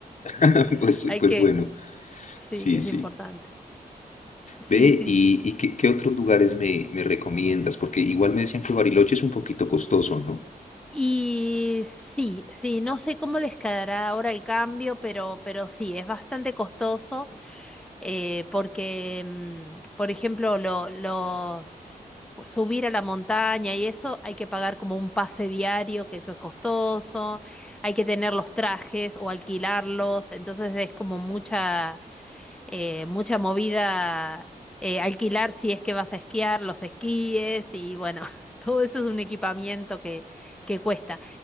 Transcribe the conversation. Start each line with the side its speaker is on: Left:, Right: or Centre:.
Left: <laughs>
Centre: <laughs>
Left: Pues,
Centre: Hay
Left: pues
Centre: que...
Left: bueno,
Centre: Sí,
Left: sí,
Centre: es
Left: sí.
Centre: importante. Sí,
Left: Ve,
Centre: sí,
Left: ¿y,
Centre: sí.
Left: y qué, qué otros lugares me, me recomiendas? Porque igual me decían que Bariloche es un poquito costoso, ¿no?
Centre: Y sí, sí, no sé cómo les quedará ahora el cambio, pero, pero sí, es bastante costoso. eh, porque, mm, por ejemplo, lo- los subir a la montaña y eso hay que pagar como un pase diario, que eso es costoso, hay que tener los trajes o alquilarlos, entonces es como mucha, eh, mucha movida eh, alquilar si es que vas a esquiar, los esquíes y bueno, <laughs> todo eso es un equipamiento que, que cuesta.